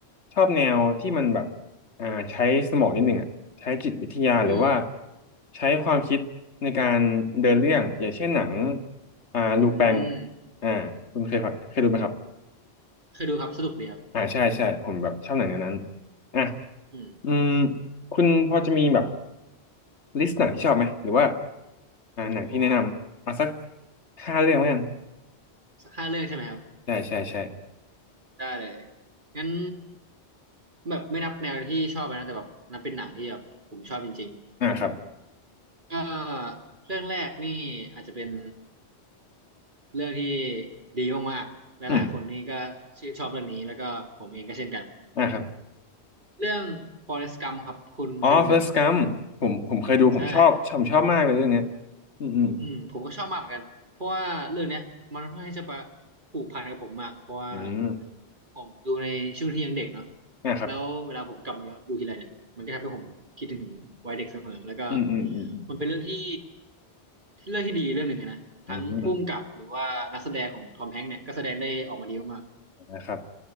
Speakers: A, on the left; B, on the right.
A: ชอบแนวที่มันแบบ อ่าใช้สมองนิดหนึ่งอ่ะใช้จิตวิทยาหรือว่า
B: อืม
A: ใช้ความคิดในการเดินเรื่องอย่างเช่นหนังอ่าลูแปง
B: อืม
A: อ่าคุณเคยฟังเคยดูไหมครับ
B: เคยดูครับสนุกดีครับ
A: อ่าใช่ใช่ผมแบบชอบหนังแนวนั้นอ่ะ
B: อืม
A: อืมคุณพอจะมีแบบลิสต์หนังที่ชอบไหมหรือว่าอ่าหนังที่แนะนำเอาสัก
B: โอ้
A: ห้าเรื่องแล้วกัน
B: สักห้าเรื่องใช่ไหมครับ
A: ใช่ใช่ใช่
B: ได้เลย งั้นแบบไม่นับแนวที่ชอบนะแต่แบบนับเป็นหนังที่แบบผมชอบจริง
A: อ่าครับ
B: ๆก็เรื่องแรกนี่อาจจะเป็นเรื่องที่ดีมากๆ หลายๆคนนี่ก็ชื่นชอบเรื่องนี้แล้วก็ผมเองก็เช่นกัน
A: อืมอ่าครับ
B: เรื่อง Forrest Gump ครับคุณเคยดูไหมครับ
A: อ๋อ Forrest Gump ผมผมเคยดูผมชอบชอบชอบมากเลยเรื่องเนี้ย
B: ใช่
A: อืมอืม
B: อืมผมก็ชอบมากเหมือนกันเพราะว่าเรื่องเนี้ยมันเพื่อนที่จะมาผูกพันกับผมมากเพราะว่า
A: อืม
B: ผมดูในช่วงที่ยังเด็กเนาะ
A: นะครับ
B: แล้วเวลาผมกลับมาย้อนดูทีไรเนี่ยมันก็ทำให้ผมคิดถึงวัยเด็กเสมอแล้วก็
A: อืมอืมอืม
B: มันเป็นเรื่องที่ที่เรื่องที่ดีเรื่องหนึ่งอะนะทั้งผู้กำกับหรือว่านักแสดงของทอมแฮงค์เนี่ยก็แสดงได้ออกมาดีมาก
A: อืมอืมนะครับ